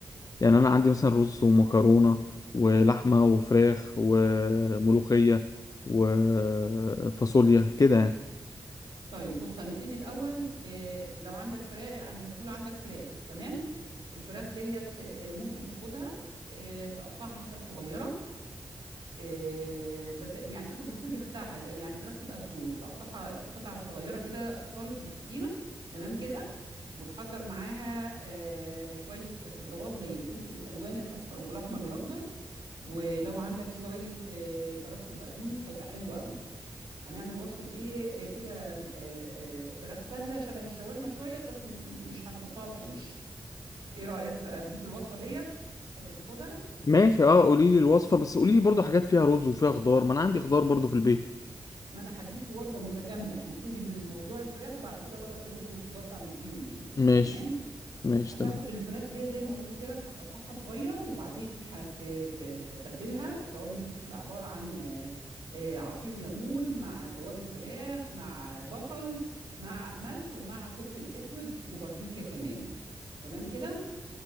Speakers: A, on the left; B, on the right.
A: يعني انا عندي مثلا رز ومكرونه ولحمه وفراخ وملوخيه وفاصوليا كده يعني
B: طيب بص هنبتدي الاول آه، لو عندك فراخ انت بتقول عندك فراخ تمام الفراخ ديت آه، ممكن تاخدها آه، تقطعها حتت صغيرة آه، بس يعني تاخد الصدر بتاعها لا، يعني الفراخ تبقى صدور تقطعها قطع صغيرة كده خالص بالسكينة تمام كده وتحضر معاها آه، شوية خضروات زي الفلفل الألوان الأصفر والأحمر والأخضر ولو عندك شوية آه، كرفس وبقدونس هيبقى حلو قوي هنعمل وصفة ايه آه، كده آه، آه، فراخ سهلة شبه الشاورما شوية بس مش مش هنحطها في عيش ايه رأيك في اديك الوصفة ديت تحب تاخدها
A: ماشي اه قولي لي الوصفه بس قولي لي برضو حاجات فيها رز وفيها خضار ما انا عندي خضار برضو في البيت
B: ما انا هديك وجبة متكاملة هنبتدي بالموضوع الفراخ وبعد كده اقول لك الرز والخضار تعمل فيهم ايه
A: ماشي
B: تمام
A: ماشي
B: هتاخد
A: تمام
B: الفراخ ديت زي ما قلت لك هتقطعها صغير وبعدين هتتبلها التوابل دي بتبقى عبارة عن آه، آه، عصير ليمون مع توابل فراخ مع بصل مع ملح ومع فلفل اسود وباربيكيا كمان تمام كده